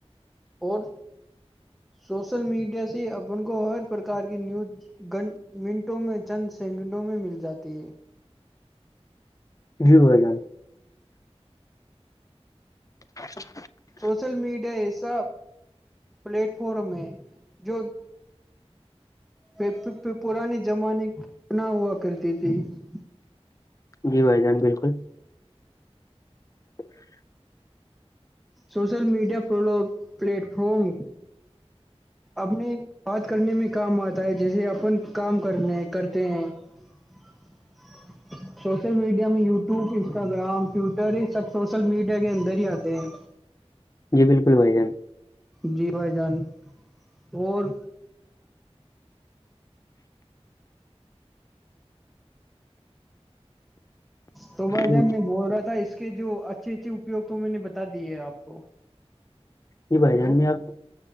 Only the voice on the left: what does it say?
جیو ہ جار اچا <unintelligible>
جی بھائی جان بالکل <inaudible>
جی بالکل بائی جان
جی
جی بھائی
جان میں آپ